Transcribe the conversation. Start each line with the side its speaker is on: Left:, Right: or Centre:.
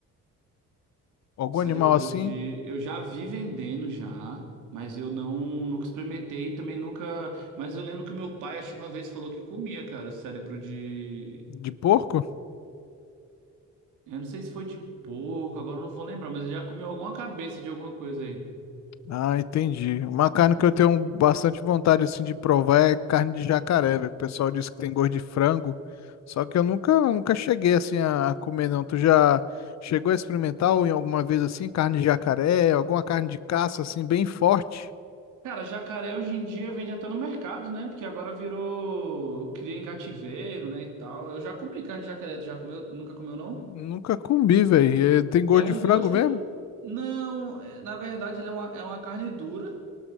Left: Algum
Right: cérebro
Left: animal assim?
Right: de. Eu já vi vendendo já, mas eu não nunca experimentei e também nunca. Mas eu lembro que o meu pai, acho que uma vez, falou que comia, cara, cérebro de.
Left: De porco?
Right: Eu não sei se foi de porco, agora eu não vou lembrar, mas eu já comeu alguma cabeça de alguma coisa aí.
Left: Ah, entendi. Uma carne que eu tenho bastante vontade assim de provar é carne de jacaré, velho. O pessoal diz que tem gosto de frango. Só que eu nunca, nunca cheguei assim a a comer, não. Tu já chegou a experimentar ou em alguma vez assim, carne de jacaré, alguma carne de caça assim, bem forte?
Right: Cara, jacaré hoje em dia vende até no mercado, né? Porque agora virou cria em cativeiro, né, e tal. Eu já comi carne de jacaré, tu já comeu? Nunca comeu, não?
Left: Nunca comi, velho. Tem gosto
Right: É um
Left: de frango
Right: gosto.
Left: mesmo?
Right: Não, é- na verdade, ele é uma, é uma carne dura,